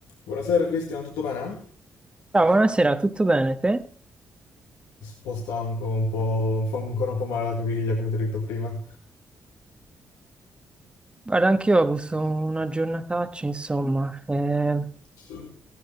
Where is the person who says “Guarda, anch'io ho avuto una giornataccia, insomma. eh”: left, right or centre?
Right